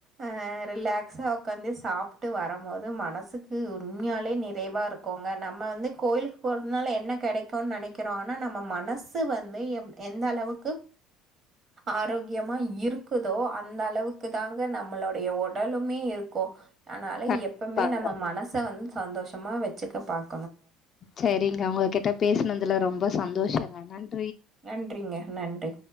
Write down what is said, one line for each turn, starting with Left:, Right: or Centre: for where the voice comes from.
Right: ஆஹ ரிலாக்ஸா உக்காந்து சாப்பட்டு வரும் போது மனசுக்கு உண்மையாலே நெறைவா இருக்கோங்க நம்ம வந்து கோயிலுக்கு போறதுனால என்ன கெடைக்கும்னு நெனைக்கிறோம் ஆனா நம்ம மனசு <unintelligible> வந்து என் எந்த அளவுக்கு ஆரோக்கியமா இருக்குதோ அந்த அளவுக்கு தாங்க நம்மளுடைய உடலுமே இருக்கும் அதனால
Left: கண்டிப்பாங்க
Right: எப்மே நம்ம மனச வந்து சந்தோஷமாக வச்சுக்க பாக்
Left: செரிங்க உங்க கிட்ட பேசினதுல ரொம்ப சந்தோஷங்க நன்றி
Right: நன்றிங்க நன்றி